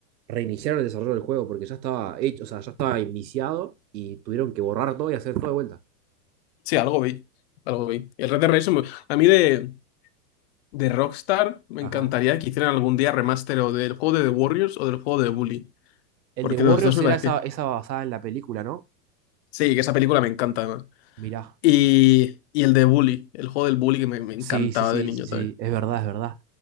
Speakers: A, on the right; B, on the left.
A: reiniciaron el desarrollo del juego porque ya estaba hecho, o sea, ya estaba iniciado y tuvieron que borrar todo y hacer todo de vuelta.
B: Sí, algo vi, algo vi. El Red Dead Redemption, me- a mí de, de Rockstar me
A: Ajá.
B: encantaría que hicieran algún día remaster o del juego de The Warriors o del juego de Bully,
A: El
B: porque
A: de Warriors
B: los dos me
A: era
B: parece.
A: esa, esa basada en la película, ¿no?
B: Sí, que esa película me encanta además.
A: Mirá.
B: Y, y el de Bully, el juego del Bully que me, me encantaba
A: Sí, sí, sí,
B: de niño
A: sí, sí.
B: también.
A: Es verdad, es verdad.